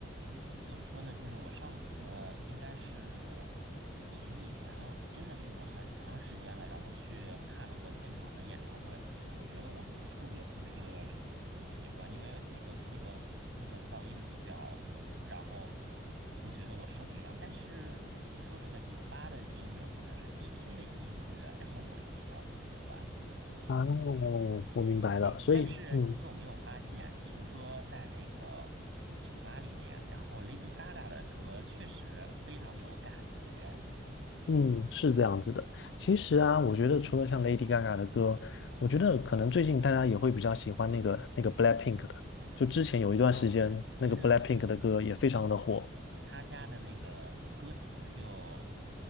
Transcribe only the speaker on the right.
怎么说呢？就是我上次应该是疫情以前，真的就是很长时间了，然后去看了个现场的演唱会。我觉得我特别不是的喜欢，因为那个那个那个噪音比较浓，然后我觉得我受不了。但是你说这个酒吧的音乐或者是迪厅的音乐，然后我又比较喜欢。
哎，
但是你有没有发现，
比如说在那个酒吧里面，然后 Lady Gaga 的歌确实非常有感觉。
啊，
对对对对对，
他家的那个歌词就